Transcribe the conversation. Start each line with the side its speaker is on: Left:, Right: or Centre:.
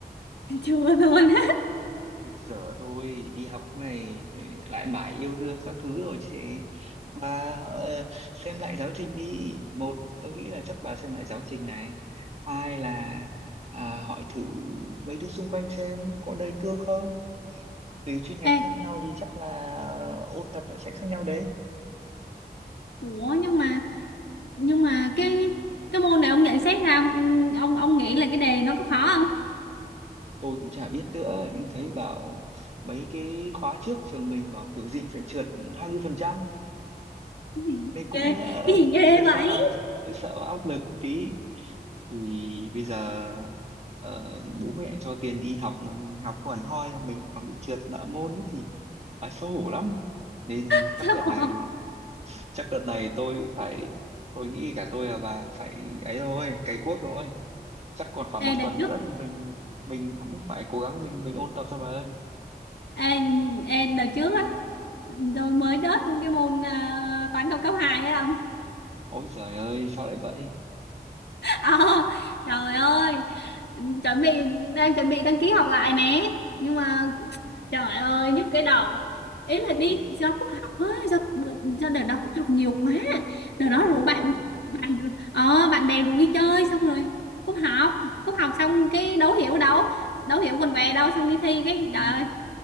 Left: <laughs> Chưa luôn.
Right: Thiệt dở thôi, đi học này rồi lại mãi yêu đương các thứ rồi chứ. Bà ờ, xem lại giáo trình đi. Một, tôi nghĩ là chắc bà xem lại giáo trình này. Hai là à, hỏi thử mấy đứa xung quanh xem có đề cương không. Tùy chuyên ngành
Left: Ê,
Right: khác nhau thì chắc là ôn tập đã sẽ khác nhau đấy.
Left: ủa nhưng mà nhưng mà cái cái môn này ông nhận xét ra ông ông ông nghĩ là cái đề nó có khó không?
Right: tôi cũng chả biết nữa nhưng thấy bảo mấy cái khóa trước trường mình bảo kiểu gì phải trượt hai mươi phần trăm
Left: Cái gì
Right: nên cũng
Left: ghê,
Right: ờ,
Left: cái gì ghê
Right: hơi
Left: vậy?
Right: sợ hơi sợ áp lực một tí thì bây giờ ờ, bố mẹ cho tiền đi học mà mình học không hẳn hoi mà mình lại còn bị trượt nợ môn ấy thì phải xấu hổ lắm nên
Left: <laughs>
Right: chắc
Left: Sao
Right: đợt
Left: bỏ?
Right: này chắc đợt này tôi phải tôi nghĩ cả tôi và bà cũng phải ấy thôi cày cuốc thôi chắc còn khoảng
Left: Ê
Right: một
Left: đợt
Right: tuần
Left: trước,
Right: nữa thì mình mình cũng phải cố gắng mình mình ôn tập thôi bà ơi
Left: ê, ê đợt trước á, tôi mới đớt cái môn à, toán cao cấp 2 á
Right: Ôi trời ơi, sao lại vậy?
Left: Ờ, trời ơi chuẩn bị đang chuẩn bị đăng ký học lại nè nhưng mà trời ơi nhức cái đầu ý là đi
Right: Thế
Left: do cúp học á do bữa- do đợt đó cúp học nhiều quá đợt
Right: Cô
Left: đó
Right: không
Left: rủ
Right: nhiều
Left: bạn
Right: quá.
Left: bạn ờ, bạn bè rủ đi chơi xong rồi cúp học cúp học xong cái đấu hiểu đâu đấu hiểu quần què đâu xong đi thi cái
Right: À,
Left: trời ơi